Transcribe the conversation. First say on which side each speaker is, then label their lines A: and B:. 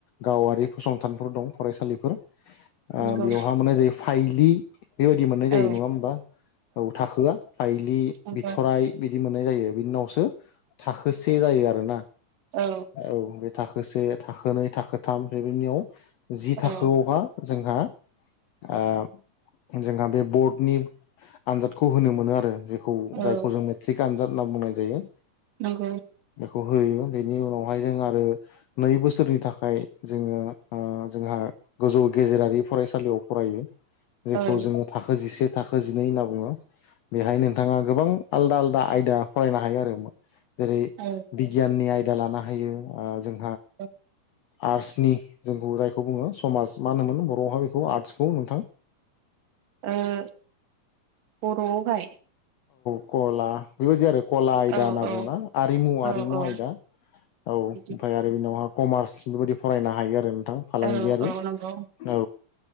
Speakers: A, on the left; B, on the right.
A: गावारि फसंथानफोर दं फरायसालिफोर ओ
B: नंगौ
A: बेआवहा मोननाय जायो फाइलि बेबायदि मोननाय जायो
B: औ
A: नङा होमबा औ थाखोआ फायलि
B: नंगौ
A: बिथराइ बिदि मोननाय जायो। बि उनावसो थाखोसे जायो आरोना
B: औ
A: औ बे थाखो से थाखो नै थाखो थाम ओमफ्राय बेनियाव जि
B: औ
A: थाखोआवहा जोंहा ओ जोंहा बे बर्डनि आनजादखौ होनो मोनो आरो खौ
B: औ
A: जायखौ जों मेट्रिक आनजाद होनना बुंनाय जायो
B: नंगौ।
A: खौ होयो बेनि उनावहाय जों आरो नै बोसोरनि थाखाय जोङो ओ जोंहा गोजौ गेजेरारि फरायसालियाव फरायो जेखौ
B: औ
A: जोङो थाखो जिसे थाखो जिनै होनना बुङो बेहाय नोंथाङा गोबां आलदा आलदा आयदा फरायनो हायो आरो जेरै
B: औ
A: बिगियाननि आयदा लानो हायो ओ जों
B: ओ
A: आर्टसनि जोंखौ जायखौ बुङो समाज मा होनोमोन बर'आवहा बेखौ आर्टसखौ नोंथां
B: ओ बर'आवहाय
A: गला बेबायदि आरो कला आयदा
B: औ
A: होनना
B: औ
A: बुङोना आरिमु
B: औ
A: आरिमु
B: औ
A: आयदा औ ओमफाय
B: बिदि
A: आरो बिनावहा कमार्स बेबायदि फरायनो हायो आरो नोंथां फालांगियारि
B: औ औ नंगौ
A: औ